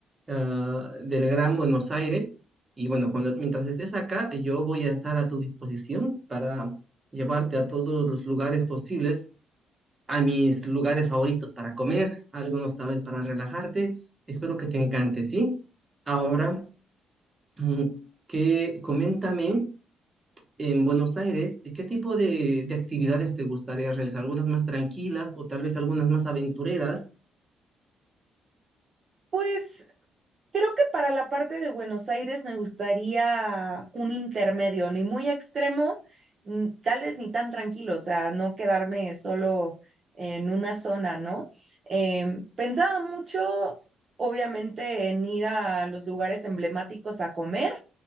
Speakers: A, on the right; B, on the right.
A: ah, del Gran Buenos Aires. Y bueno, cuando, mientras estés acá, yo voy a estar a tu disposición para llevarte a todos los lugares posibles a mis lugares favoritos para comer, algunos tal vez para relajarte. Espero que te encante, ¿sí? Ahora, mm, que coméntame en Buenos Aires, ¿de ¿qué tipo de, de actividades te gustaría realizar? ¿Algunas más tranquilas o tal vez algunas más aventureras?
B: Pues Creo que para la parte de Buenos Aires me gustaría un intermedio, ni muy extremo, ni- tal vez ni tan tranquilo, o sea, no quedarme solo en una zona, ¿no? Em, pensaba mucho, obviamente, en ir a los lugares emblemáticos a comer,